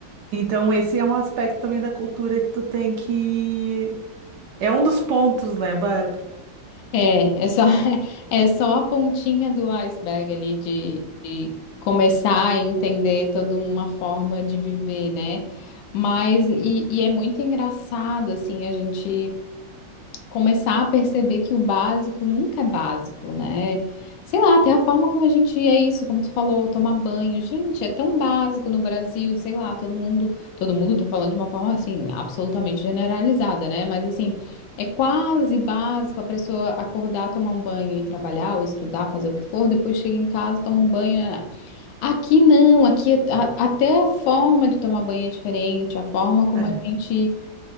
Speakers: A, on the right; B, on the left.
A: Então, esse é um aspecto também da cultura que tu tem que. É um dos pontos, né, Bárbara?
B: É, é só, <laughs> é só a pontinha do iceberg ali de, de começar a entender toda uma forma de viver, né? Mas, e, e é muito engraçado, assim, a gente. começar a perceber que o básico nunca é básico, né? Sei lá, até a forma como a gente é isso, como tu falou, tomar banho. Gente, é tão básico no Brasil, sei lá, todo mundo, todo mundo, tô falando de uma forma assim, absolutamente generalizada, né? Mas assim, é quase básico a pessoa acordar, tomar um banho e trabalhar, ou estudar, fazer o que for, depois chega em casa, toma um banho. né? Aqui não, aqui é- a- até a forma de tomar banho é diferente, a forma como
A: É, é,
B: a gente